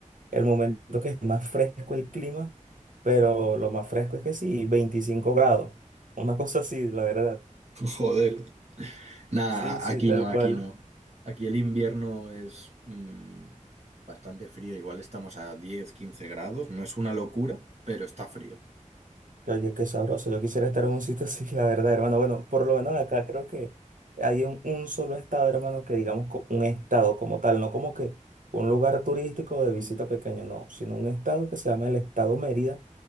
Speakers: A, on the right; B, on the right.
A: el momento que es más fresco el clima, pero lo más fresco es que sí, 25 grados, una cosa así, la verdad.
B: joder. Nada,
A: Sí, sí,
B: aquí
A: tal
B: no, aquí
A: cual.
B: no. Aquí el invierno es mm, bastante frío, igual estamos a 10, 15 grados, no es una locura, pero está frío.
A: Oye, qué sabroso. Yo quisiera estar en un sitio así, la verdad, hermano. Bueno, por lo menos acá creo que hay un, un solo estado, hermano, que digamos co- un estado como tal, no como que un lugar turístico de visita pequeño, no, sino un estado que se llama el estado Mérida,